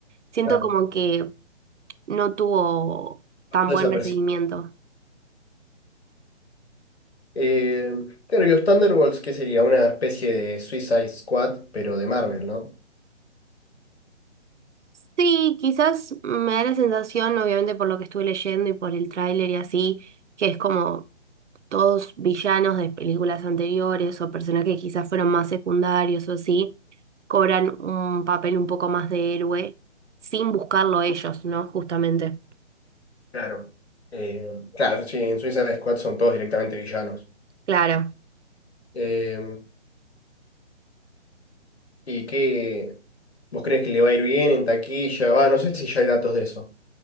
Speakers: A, on the right (about 75°); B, on the left (about 60°).
A: Siento
B: Claro.
A: como que no tuvo
B: Pasó
A: tan
B: Desapercibido.
A: buen recibimiento.
B: Eh, claro, y los Thunderbolts, ¿qué sería? Una especie de Suicide Squad, pero de Marvel, ¿no?
A: Sí, quizás me da la sensación, obviamente por lo que estuve leyendo y por el tráiler y así, que es como todos villanos de películas anteriores o personajes que quizás fueron más secundarios o así, cobran un papel un poco más de héroe sin buscarlo ellos, ¿no? Justamente.
B: Claro. Eh, claro, sí, en Suicide Squad son todos directamente villanos.
A: Claro.
B: Eh, ¿y qué? ¿Vos crees que le va a ir bien en taquilla? Va, no sé si ya hay datos de eso.